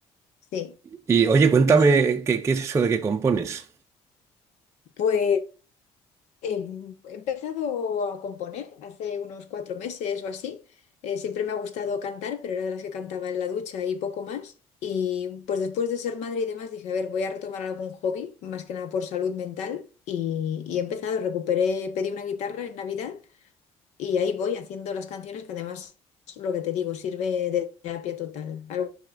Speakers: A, on the left; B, on the right.
A: Sí,
B: Y oye, cuéntame,
A: sí, sí.
B: ¿qué, qué es eso de que compones?
A: Pues eh, he empezado a componer hace unos cuatro meses o así. Eh, siempre me ha gustado cantar, pero era de las que cantaba en la ducha y poco más. Y pues después de ser madre y demás dije, a ver, voy a retomar algún hobby, más que nada por salud mental. Y, y he empezado, recuperé, pedí una guitarra en Navidad Y ahí voy haciendo las canciones que además, lo que te digo, sirve de terapia total. Algunas